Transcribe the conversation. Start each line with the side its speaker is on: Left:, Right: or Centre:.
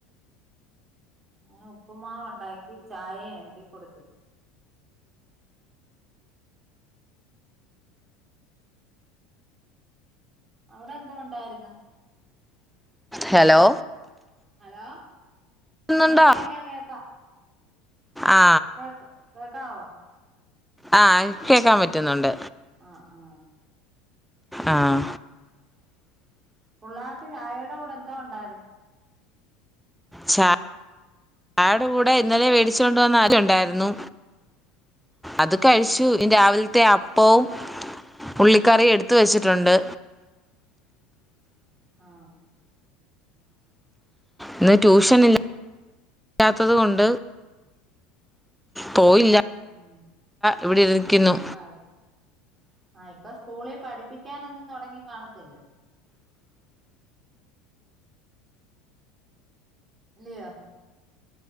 Right: ങ്ങനെ ഉപ്പുമാവ് ഉണ്ടാക്കി ചായ എനിക്ക് കൊടുത്തു അവിടെ എന്താ ഉണ്ടായിന്ന്
Centre: ഹലോ
Right: ഹലോ
Centre: ന്നുണ്ടോ
Right: ആഹ് കേക്കാം കേക്കാം
Centre: ആ
Right: കേക്ക കേക്കാവ
Centre: ആഹ കേക്കാൻ പറ്റും പറ്റുന്നുണ്ട്
Right: ആ ആ
Centre: ആഹ
Right: പിള്ളേർക്ക് ചായയുടെ കൂടെ എന്തോ ഉണ്ടായിരുന്നു
Centre: ച ചായടെ കൂടെ ഇന്നലെ വേടിച്ചോണ്ട വന്ന ആര ഉണ്ടായിരുന്നു അത് കഴിച്ചു
Right: ആ
Centre: ഇ രാവിലത്തെ അപ്പവും ഉള്ളിക്കറി എടുത്ത വെച്ചിട്ടുണ്ട്
Right: ആ
Centre: ഇന്ന് ട്യൂഷൻ ഇല്ലാല്ലാത്തത് കൊണ്ട് പോയില്ല
Right: ഉം
Centre: ഇവിടെ ഇരിക്കുന്നു
Right: ആ ആ ഇപ്പൊ സ്കൂളിൽ പഠിപ്പിക്കാനൊന്നും തുടങ്ങി കാണത്തില്ല ലയ